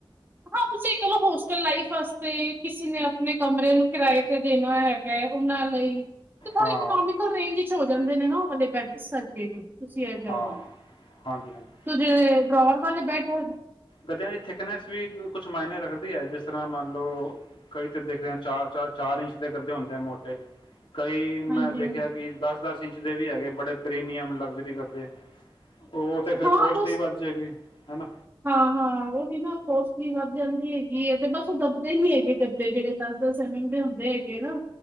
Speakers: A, on the right; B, on the left.
A: ਹਾਂ ਤੁਸੀਂ ਇਹ ਕਹਿ ਲਓ ਹੋਸਟਲ ਲਾਈਫ ਵਾਸਤੇ ਕਿਸੇ ਨੇ ਆਪਣੇ ਕਮਰੇ ਨੂੰ ਕਿਰਾਏ ਤੇ ਦੇਣਾ ਹੈ। ਗਏ ਘੁੰਮਣ ਲਈ। ਤੇ ਥੋੜ੍ਹੀ
B: ਹਾਂ
A: ਇਕਨੋਮੀਕਲ ਰੇਂਜ ਵਿਚ ਹੋ ਜਾਂਦੇ ਨੇ ਨਾ, ਉਹ ਵਾਲੇ ਬੈਡ ਸਰਕੇ ਨੀ। ਤੁਸੀਂ ਇਹ ਕਹਿ
B: ਹਾਂ
A: ਲਓ,
B: ਹਾਂਜੀ ਹਾਂਜੀ
A: ਤੂੰ ਜੇੇ ਡਰੋਰ ਵਲੇ ਬੈਠੇ ਹੋ।
B: ਗਦਿਆਂ ਦੀ ਥਿਕਨੈਸ ਵੀ ਕੁਛ ਮਾਇਨੇ ਰੱਖਦੇ ਦੀ ਐ ਜਿਸ ਤਰ੍ਹਾਂ ਮੰਨ ਲਓ, ਕਈ ਤਾਂ ਦੇਖਦੇ ਹਾਂ ਚਾਰ ਚਾਰ-ਚਾਰ ਇੰਚ ਦੇ ਗੱਦੇ ਹੁੰਦੇ ਆ ਮੋਟੇ। ਕਈ
A: ਹਾਂਜੀ
B: ਮੈਂ ਦੇਖਿਆ
A: ਹਾਂਜੀ
B: ਕਿ ਦੱਸ- ਦੱਸ ਇੰਚ ਜਿੜੇ ਵੀ ਹੈਗੇ, ਬੜੇ ਪ੍ਰੀਮੀਅਮ ਲਗਜ਼ਰੀ <unintelligible> ਉਹ ਤੇ ਫੇਰ
A: ਹਾਂ
B: ਕੋਸ਼ਟ
A: ਬਸ
B: ਹੀ ਵੱਧ ਜੇਗੀ। ਹਨਾ?
A: ਹਾਂ-ਹਾਂ ਉਹੀ ਨਾ, ਪੋਸਟਲੀ ਵੱਧ ਜਾਂਦੀ ਹੈਗੀ ਹੈ, ਤੇ ਬਸ ਉਹ ਦੱਬਦੇ ਹੀ ਹੈਗੇ ਗੱਦੇੇ ਜਿਹੜੇ ਦਸ ਦਸ ਸਮਿੰਗ ਦੇ ਹੁੰਦੇ ਹੈਗੇ ਨਾ।